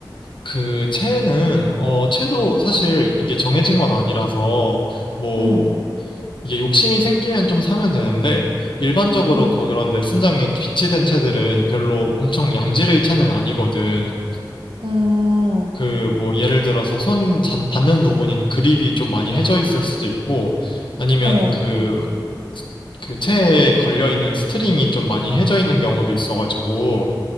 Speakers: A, on the left; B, on the right.
A: 그, 채는, 어, 채도 사실 이게 정해진 건 아니라서, 뭐,
B: 음,
A: 이게 욕심이 생기면 좀 사면 되는데, 일반적으로
B: 음,
A: 그런 레슨장에 비치된 채들은 별로 엄청 양질의 채는 아니거든.
B: 음,
A: 그 뭐 예를 들어서 손 잔- 닿는 부분인 그립이 좀 많이 해져 있을 수도 있고 아니면
B: 어,
A: 그 그 체에 걸려 있는 스트링이 좀 많이 해져 있는 경우도 있어가지고